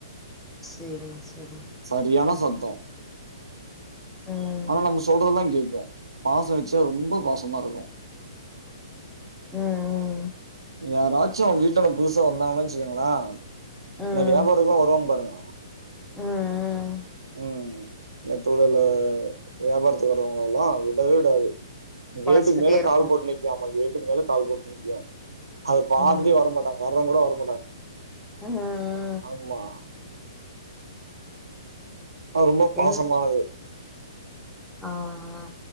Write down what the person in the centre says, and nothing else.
செரிங் செரிங்
ம்
ம் ம்
ம்
ம் ம்
கொலச்சிக்கிட்டே
இருக்கு
ம் ம்
ம் ம்
எங் ஆ ஆ